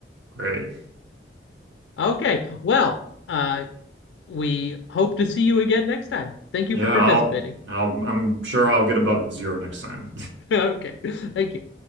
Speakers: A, on the right; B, on the left.
A: Great.
B: Okay, well, uh, we hope to see you again next time. Thank you
A: Yeah.
B: for participating.
A: I'll
B: <laughs>
A: I'll I'm sure I'll get above zero next time.
B: Okay, thank you.